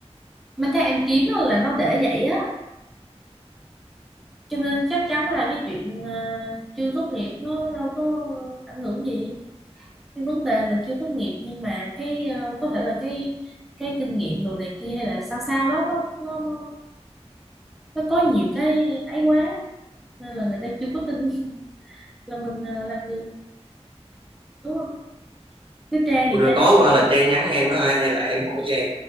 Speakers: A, in the centre; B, on the right (about 50°).
A: mấy cái em kiếm á là nó để vậy á cho nên chắc chắn là cái chuyện ờ, chưa tốt nghiệp nó đâu có ảnh hưởng gì cái vấn đề là chưa tốt nghiệp nhưng mà cái ờ, có thể là cái cái kinh nghiệm đồ này kia hay là sao sao đó nó nó nó, nó có nhiều cái ấy quá nên là người ta chưa có tin <laughs> là mình ờ, làm được đúng không chứ Trang
B: Ủa
A: thì
B: Rồi
A: Trang
B: tối
A: nói
B: qua
A: vậy.
B: là
A: đó.
B: Trang nhắn em á hay là em hỏi Trang.